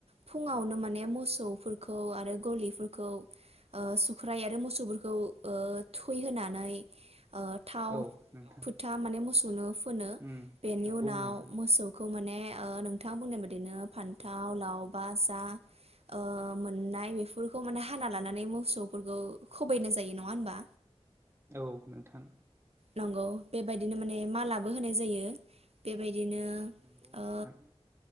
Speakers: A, on the right; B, on the right.
A: फुङावनो माने मोसौफोरखौ आरो गलिफोरखौ ओ सुख्राय आरो मोसौफोरखौ ओ थुखै होनोनानै ओ थाव
B: औ नोंथां
A: फोथा माने मोसौ ओ फुनो
B: उम
A: बेनि
B: नंगौ
A: उनाव
B: नोंथां
A: मोसौखौ माने नोंथाङा बुंनाय बायदिनो फान्थाव लाव बा जा ओ मोननाय बेफोरखौ माने हाना लानानै मोसौफोरखौ खोबैनाय जायो नङा होनबा?
B: औ नोंथां
A: नंगौ बेबायदिनो माने मालाबो होनाय जायो बेबाय दिनो
B: नंगौ
A: ओ,
B: नोंथां